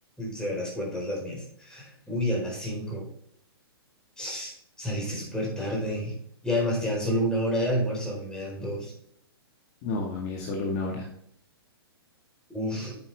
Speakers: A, in the centre; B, on the left (about 40°).
A: se verás cuentas las mías. Uy, a las 5. Saliste súper tarde. Y además te dan solo una hora de almuerzo, a mí me dan dos.
B: No, a mí es solo una hora.
A: Uf.